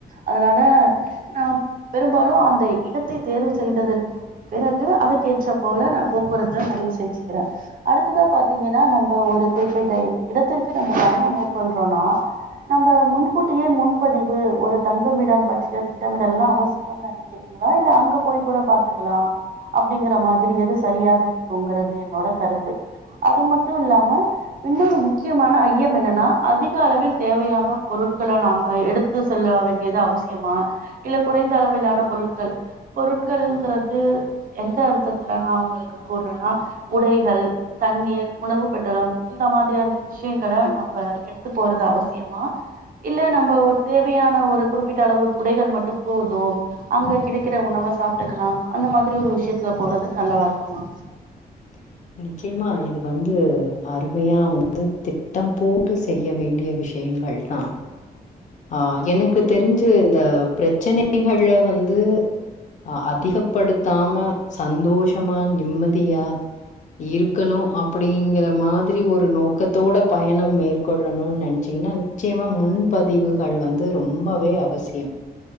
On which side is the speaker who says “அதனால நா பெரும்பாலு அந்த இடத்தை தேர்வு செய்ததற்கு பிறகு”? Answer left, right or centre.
Right